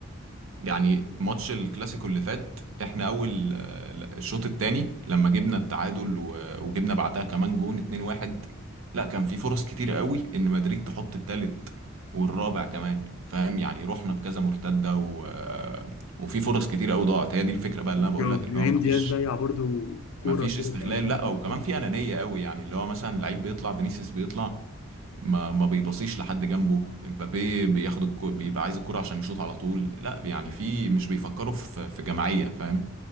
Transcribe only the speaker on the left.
إبرا-
ابراهيم
دياز ضيع برضو كوره
كده
كان مهاجم
الكورة.